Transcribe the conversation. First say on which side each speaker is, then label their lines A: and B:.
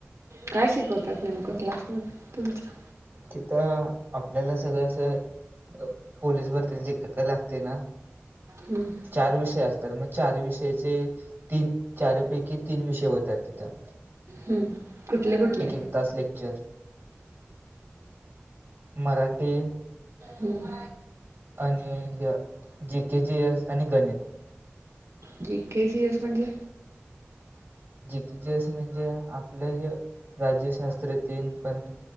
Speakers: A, on the right (about 75°); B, on the right (about 45°).
A: काय शिकवत्यात नेमकं, क्लासमध्ये तुमच्या.
B: तिथं आपल्याला सगळं असं. पोलीस भरतीला जे, काय काय लागते ना.
A: हम्म.
B: चार विषय असत्यात. मग चार विषयाचे तीन चारपैकी तीन विषय होतात तिथं.
A: हम्म. कुठले कुठले?
B: एक एक तास लेक्चर मराठी.
A: हम्म.
B: आणि जी के जी एस आणि गणित.
A: जी के जी एस म्हणजे,
B: जी के जी एस म्हणजे, आपलंही राज्यशास्त्र तेन पण.